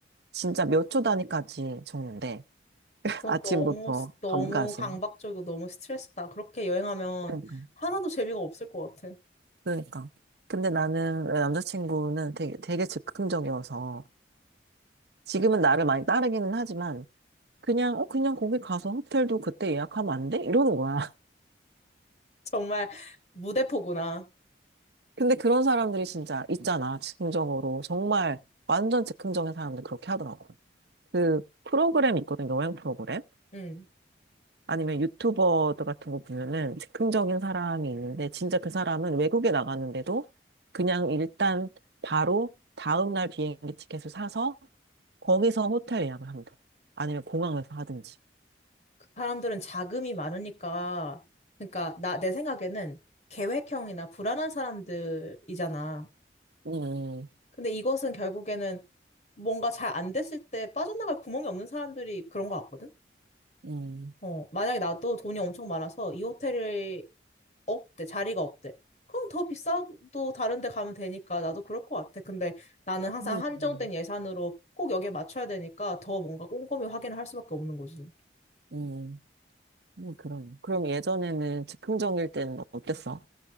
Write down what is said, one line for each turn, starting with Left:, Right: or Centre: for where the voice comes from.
Right: 진짜 몇 초 단위까지 적는데 <laughs>
Left: 그건
Right: 아침부터
Left: 너무, 스- 너무
Right: 밤까지.
Left: 강박적이고 너무 스트레스다. 그렇게 여행하면
Right: 응.
Left: 하나도 재미가 없을 것 같아. <laughs>
Right: 그러니까. 근데 나는 내 남자친구는 되게, 되게 즉흥적이어서 지금은 나를 많이 따르기는 하지만 그냥, 어, 그냥 거기 가서 호텔도 그때 예약하면 안 돼? 이러는 거야. <laughs>
Left: 정말 무대포구나.
Right: 근데 그런 사람들이 진짜 있잖아. 즉흥적으로. 정말 완전 즉흥적인 사람들 그렇게 하더라고. 그 프로그램 있거든. 여행 프로그램.
Left: 음,
Right: 아니면 유튜버들 같은 거 보면은 즉흥적인 사람이 있는데 진짜 그 사람은 외국에 나갔는데도 그냥 일단 바로 다음날 비행기 티켓을 사서 거기서 호텔 예약을 하면 돼. 아니면 공항에서 하든지.
Left: 그 사람들은 자금이 많으니까, 그러니까 나, 내 생각에는 계획형이나 불안한 사람들이잖아.
Right: 음,
Left: 근데 이것은 결국에는 뭔가 잘 안 됐을 때 빠져나갈 구멍이 없는 사람들이 그런 것 같거든?
Right: 음,
Left: 어, 만약에 나도 돈이 엄청 많아서 이 호텔이 없대, 자리가 없대. 그럼 더 비싸도 다른 데 가면 되니까 나도 그럴 것 같아. 근데 나는 항상
Right: 음,
Left: 한정된
Right: 음,
Left: 예산으로 꼭 여기에 맞춰야 되니까 더 뭔가 꼼꼼히 확인을 할 수밖에 없는 거지.
Right: 음, 음, 그럼. 그럼 예전에는 즉흥적일 때는 어땠어?